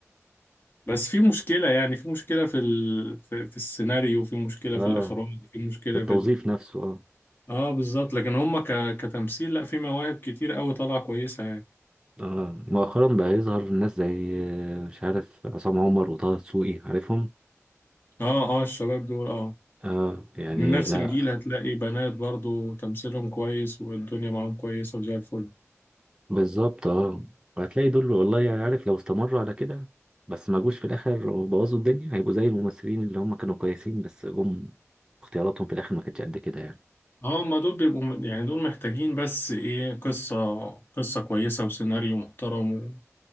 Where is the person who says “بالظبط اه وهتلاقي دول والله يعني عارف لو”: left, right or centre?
Right